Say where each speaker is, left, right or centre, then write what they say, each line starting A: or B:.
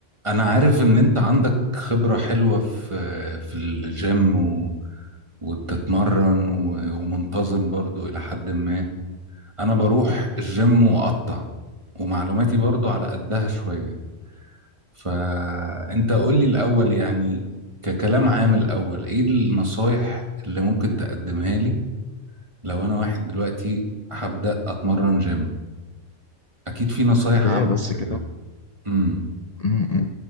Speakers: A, on the right; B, on the left.
A: انا عارف ان انت عندك خبرة حلوة في في الجيم و... وبتتمرن و... ومنتظم برضو الى حد ما انا بروح الجيم واقطع ومعلوماتي برضو على قدها شوية فانت قول لي الاول يعني ككلام عام الاول ايه النصايح اللي ممكن تقدمها لي لو انا واحد دلوقتي هبدأ اتمرن جيم اكيد في نصايح
B: يا
A: عامة
B: بس كده
A: كده امم
B: م-م.